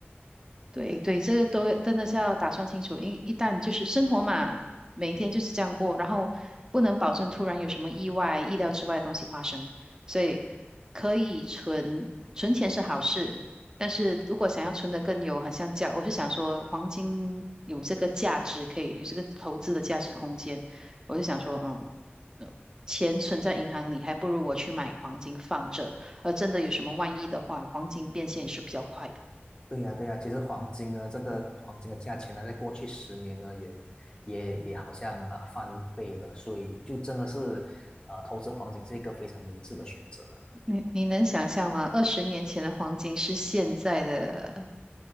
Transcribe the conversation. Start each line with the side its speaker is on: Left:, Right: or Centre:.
Right: 对对，这个都真的是要打算清楚，一一旦就是生活嘛，每天就是这样过，然后不能保证突然有什么意外、意料之外的东西发生，所以可以存存钱是好事，但是如果想要存的更有，很像价，我是想说黄金有这个价值，可以有这个投资的价值空间，我就想说，嗯，呃钱存在银行里，还不如我去买黄金放着，而真的有什么万一的话，黄金变现也是比较快的。
Left: 对呀，对呀，其实黄金呢，这个黄金的价钱呢，在过去十年呢，也也也好像啊翻倍了，所以就真的是，呃，投资黄金是一个非常明智的选择了。
Right: 你你能想象吗？二十年前的黄金是现在的